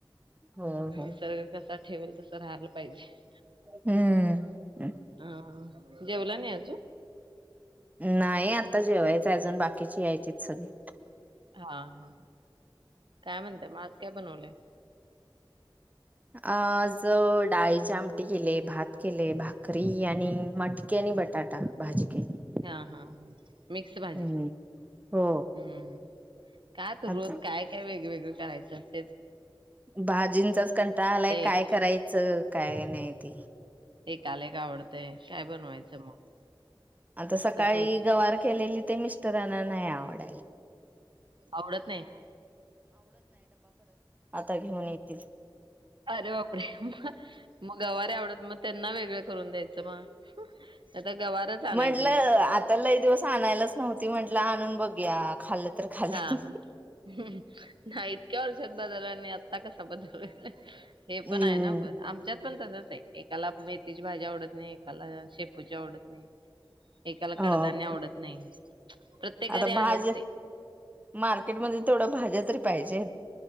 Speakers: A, on the right; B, on the right.
A: हो हो
B: निसर्ग कसा- ठेवल तसं राहाला पाहिजे-
A: हम्मम्.
B: हा. जेवला नाही आजून?
A: नाही, आत्ता जेवायच. ते अजून बाकीचे यायचेत. सगळे-
B: हा हा. काय म्हणते? माझ- काय बनवलय?
A: आज डाळीचे आमटी केलिये, भात केलय, भाकरी आणि- मटकी आणि बटाटा भाजी केली.
B: हा हा हा. मिक्स भाजी.
A: हम्म हो
B: हम्म- काय तू,
A: आता
B: रोज काय काय वेगवेगळे- करायचं अस-
A: भाजींचाच कंटाळ आलाय काय
B: एक
A: करायचं काय नाही ते.
B: एकाला एक आवडतेय काय बनवायचं मग.
A: आता सकाळी
B: तसं होते
A: गवारी केलेली. ते मिस्टरांना नाही आवडायला.
B: आवडत नाही.
A: आत्ता घेऊन येतील.
B: अरे बापरे मग, मग गावारे आवडत मग त्यांना वेगळं. करून द्यायचं मग. आता गवारच आणायची
A: म्हंटलं
B: नाही
A: आता लई दिवस आणायलाच नव्हती म्हंटल. म्हटलं आणून बघूया खाल्ल तर. खाल्लं.
B: हा हा, हम्म हा इतक्या वर्षात बदल आणि आता कस बदललेलं हे
A: हम्म.
B: पण आहे ना बर आमच्यात पण तसंच. एकाला मेथीची भाजी आवडत नाही, एकाला शेपूची आवडत नाही एकाला
A: हो
B: कडधान्य आवडत नाही प्रत्येक
A: आता
B: घरी आहेच
A: भाज्या
B: ते
A: मार्केटमध्ये तेवढ्या भाज्या तरी पाहिजे